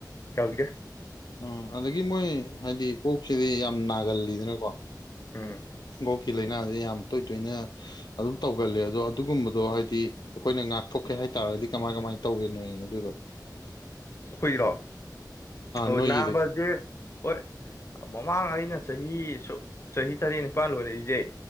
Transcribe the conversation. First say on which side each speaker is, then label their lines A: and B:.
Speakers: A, on the left; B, on the left.
A: ꯇꯧꯗꯦ
B: ꯑ ꯑꯗꯒꯤ ꯃꯣꯏ ꯍꯥꯏꯗꯤ ꯑꯣꯛꯁꯤꯗꯤ ꯌꯥꯝ ꯅꯥꯒꯜꯂꯤꯗꯅꯀꯣ
A: ꯎꯝ
B: ꯑꯣꯛꯀꯤ ꯂꯥꯏꯅꯁꯦ ꯌꯥꯝ ꯇꯣꯏ ꯇꯣꯏꯅ ꯑꯗꯨꯝ ꯇꯧꯒꯜꯂꯦ ꯑꯗꯣ ꯑꯗꯨꯒꯨꯝꯕꯗꯣ ꯍꯥꯏꯗꯤ ꯑꯩꯈꯣꯏꯅ ꯉꯥꯛꯊꯣꯛꯀꯦ ꯍꯥꯏꯇꯔꯒꯗꯤ ꯀꯃꯥꯏ ꯀꯃꯥꯏꯅ ꯇꯧꯒꯦꯅꯣ ꯑꯗꯨꯗ
A: ꯈꯣꯏꯒꯤꯔꯣ ꯑꯣ
B: ꯅꯣꯏꯒꯤꯗꯤ
A: ꯅꯥꯕꯁꯦ ꯍꯣꯏ ꯃꯃꯥꯡ ꯑꯩꯅ ꯆꯍꯤ <unintelligible> ꯆꯍꯤ ꯇꯔꯦꯠ ꯅꯤꯄꯥꯜ ꯂꯣꯏꯔꯏꯁꯦ